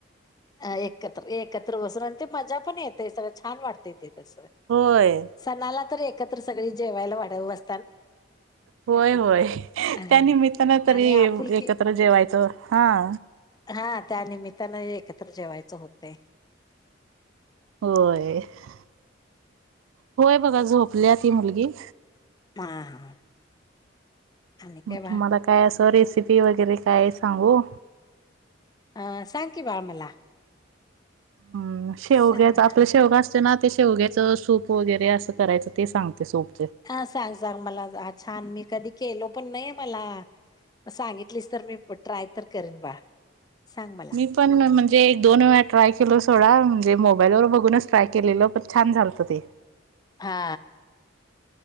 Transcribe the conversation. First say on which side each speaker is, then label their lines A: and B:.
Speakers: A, on the left (about 20°); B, on the right (about 80°).
A: अ एकत्र एकत्र बसून आणि ते मजा पण येते सगळं छान वाटतय ते कसं
B: होय
A: सणाला तर एकत्र सगळी जेवायला वाढवं अस
B: होय होय
A: ह
B: त्या निमित्तानं तरी
A: आणि आपुलकी
B: एकत्र जेवायचं हां
A: हा त्यानमित्तानं एकत्र जेवायचं होतय.
B: होय-होय बघा झोपल्या ती मुलगी.
A: हा. हा. आणि
B: मग
A: काय बाळ
B: तुम्हाला काय असं रेसिपी वगैरे काय सांगू.
A: अह सांग की बाळ मला.
B: हम् शेवग्याच
A: सांग
B: आपलं शेवगा असतोय ना ते शेवग्याचं सूप वगैरे असं करायचं ते सांगते सूप
A: हा सांग-सांग मला छान मी कधी केलो पण नाही मला सांगितलीस तर मी ट्राय तर करीन बाळ. सांग मला
B: मी पण म्हणजे एक-दोन वेळा ट्राय केलो सोडा. म्हणजे मो मोबाईलवर बघूनच ट्राय केलेलो पण छान झालतं ते.
A: हा.